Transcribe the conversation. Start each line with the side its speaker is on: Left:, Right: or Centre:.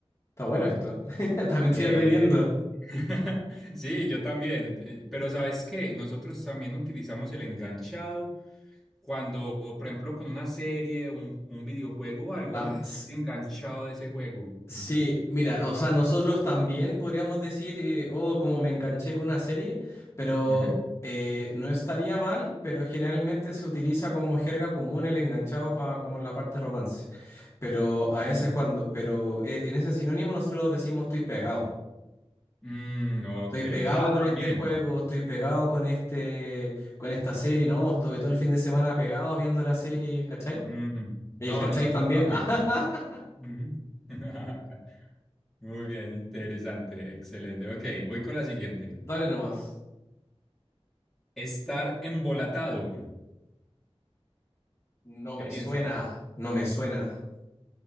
Left: está bueno esto. <laughs> También estoy
Centre: Eh,
Left: aprendiendo.
Centre: <laughs> Sí, yo también. eh, Pero ¿sabes qué? Nosotros también utilizamos el enganchado cuando, por ejemplo, con una serie, un, un videojuego o algo,
Left: Pam,
Centre: ah,
Left: s-
Centre: estoy enganchado de ese juego.
Left: Sí,
Centre: Ujú,
Left: mira, o sea, nosotros también podríamos decir, eh, oh, como me enganché con una serie, pero
Centre: ujú,
Left: eh, no estaría mal, pero generalmente se utiliza como jerga común el enganchado para como en la parte romance. Pero a
Centre: ujú.
Left: veces cuando, pero eh, en ese sinónimo nosotros decimos estoy pegado.
Centre: Mm, ok.
Left: Estoy pegado
Centre: Ah,
Left: con
Centre: también.
Left: este juego, estoy pegado con este, con esta serie, no, Estoy todo el fin de semana pegado viendo la serie, ¿cachai?
Centre: Ujú.
Left: Y
Centre: No,
Left: el cachai
Centre: nosotros
Left: también.
Centre: también.
Left: <laughs> Ah,
Centre: Ujú. <laughs> Muy bien, interesante, excelente. Ok, voy con la siguiente.
Left: dale nomás.
Centre: Estar embolatado.
Left: No
Centre: ¿Qué
Left: me
Centre: piensas?
Left: suena, no me suena.